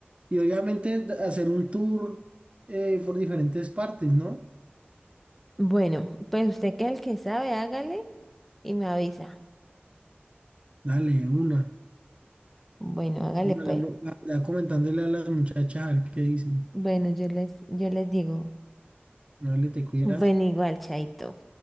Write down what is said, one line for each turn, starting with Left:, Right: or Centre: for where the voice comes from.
Right: y obviamente d- hacer un tour eh, por diferentes partes, ¿no?
Centre: Bueno, pues usted que es el que sabe, hágale y me avisa.
Right: Dale, una.
Centre: Bueno, hágale
Right: Ya
Centre: pues.
Right: ya comentándole a las muchachas a ver qué dicen.
Centre: Bueno, yo les, yo les digo.
Right: Dale, te cuidas.
Centre: Bueno, igual, chaito.